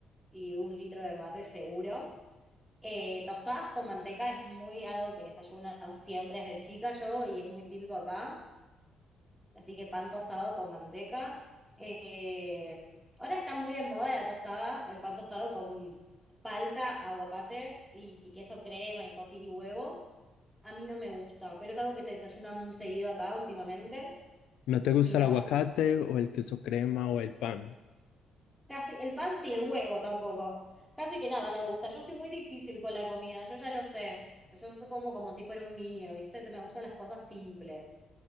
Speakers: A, in the centre; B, on the left.
A: y un litro de mate seguro. Eh, tostadas con manteca es muy algo que desayuno siempre desde chica yo y es muy típico acá. Así que pan tostado con manteca. Eh, ahora está muy de moda la tostada, el pan tostado con palta, aguacate y, y queso crema y cosí y huevo. A mí no me gusta, pero es algo que se desayuna muy seguido acá últimamente.
B: ¿No te
A: Sino
B: gusta el aguacate o el queso crema o el pan?
A: Casi, el pan sí, el huevo tampoco. Casi que nada me gusta. Yo soy muy difícil con la comida, yo ya lo sé. Yo soy como, como si fuera un niño, ¿viste? Me gustan las cosas simples,